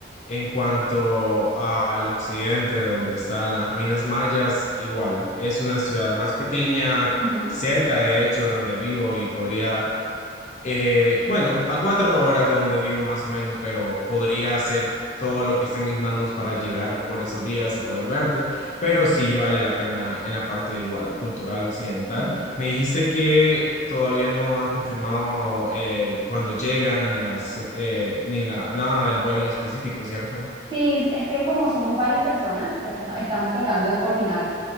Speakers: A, on the left; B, on the right.
A: en cuanto al occidente, donde están las ruinas mayas, igual, es una ciudad más pequeña,
B: ujú,
A: cerca de hecho de donde vivo y podría eh, bueno, a cuatro horas de donde vivo más o menos, pero podría hacer todo lo que esté en mis manos para llegar por esos días y poder verte, pero sí vale la pena en la parte igual cultural occidental.
B: ujú.
A: Me dijiste que todavía no han confirmado eh, cuándo llegan ni las eh, ni la nada del vuelo en específico, ¿cierto?
B: Sí, es que como somos varias personas, est- est- estamos tratando de coordinar